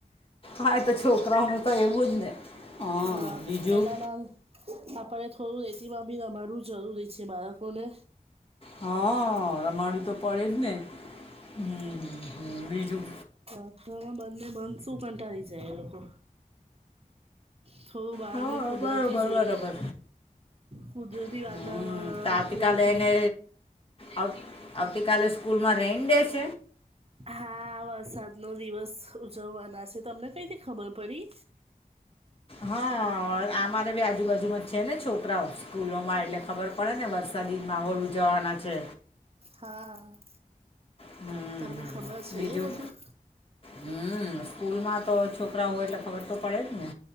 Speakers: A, on the left; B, on the right.
A: હા એ તો છોકરાઓનું તો એવું જ ને. હા
B: અ
A: બીજું
B: પહેલાના આપણે થોડું રેતી માં બી નબાડવું જરૂરી છે, બાળકોને.
A: હા રમાડું તો પડે જ ને. હમ હમ બીજું
B: <inaudible> શું કંટાળી જાય એ લોકો. થોડું બહારનું
A: હા
B: કુદરતી
A: બરોબર
B: જોઈએ.
A: બરોબર
B: કુદરતી
A: હમ
B: વાતાવરણ,
A: તો આવતીકાલે
B: રેતી.
A: એને આવ આવતીકાલે સ્કૂલમાં રેન ડે છ
B: હા વરસાદ નો દિવસ ઉજવવાના છે, તમને કઈથી ખબર પડી?
A: હા અમારે ભી આજુબાજુમાં છે ને છોકરાઓ સ્કૂલોમાં એટલે ખબર પડે ને વરસાદી માહોલ ઉજવવાના છે.
B: હા
A: હમ હમ
B: તમને ખબર છે
A: બીજું
B: ન એ બધું.
A: હમ સ્કૂલ માં તો છોકરા હોય એટલે ખબર તો પડે જ ને.